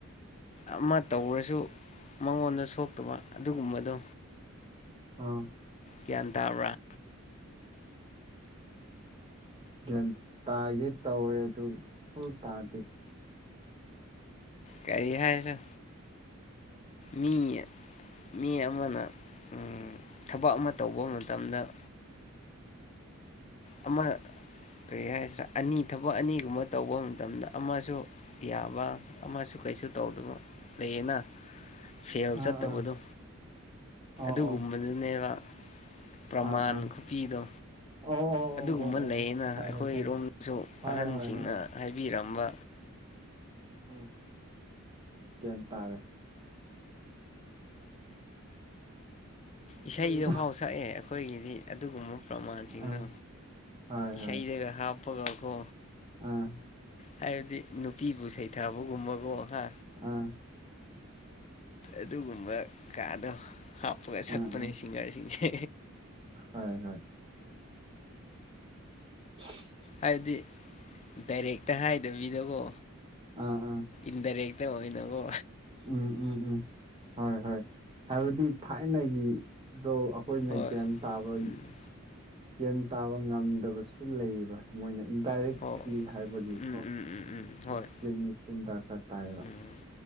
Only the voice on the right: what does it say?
ꯑꯥ
ꯒ꯭ꯌꯥꯟ ꯇꯥꯒꯦ ꯇꯧꯏ ꯑꯗꯨ ꯐꯨꯜ ꯇꯥꯗꯦ
ꯑꯥ
ꯑꯥ ꯑꯣ
ꯑꯣ
ꯑꯥ ꯑꯥ
ꯑꯣ ꯑꯣ
ꯑꯣ ꯑꯣ ꯑꯣ ꯑꯣ
ꯈꯪꯉꯦ
ꯈꯪꯉꯦ ꯍꯣꯏ
ꯍꯣꯏ ꯍꯣꯏ
ꯎꯝ ꯒꯌ꯭ꯥꯥ ꯟ ꯇꯥꯔꯦ
ꯎꯝ
ꯑꯥ ꯍꯣꯏ
ꯍꯣꯏ
ꯑꯥ
ꯑꯥ
ꯑꯥ ꯑꯥ
ꯍꯣꯏ ꯍꯣꯏ <inaudible>
ꯑꯥ ꯑꯥ
ꯎꯝ ꯎꯝ ꯎꯝ ꯍꯣꯏ ꯍꯣꯏ ꯍꯥꯏꯕꯗꯤ ꯊꯥꯏꯅꯒꯤꯗꯣ ꯑꯩꯈꯣꯏꯅ
ꯒ꯭ꯌꯥꯟ ꯇꯥꯕ
ꯒ꯭ꯌꯥꯟ ꯇꯥꯕ ꯉꯝꯗꯕꯁꯨ ꯂꯩꯌꯦꯕ ꯃꯣꯏꯅ ꯏꯟꯗꯥꯏꯔꯦꯛꯂꯤ
ꯍꯥꯏꯕꯒꯤꯀꯣ
ꯑꯦꯛꯁꯄ꯭ꯂꯦꯅꯦꯁꯟ ꯗꯔꯀꯥꯔ ꯇꯥꯏꯌꯦꯕ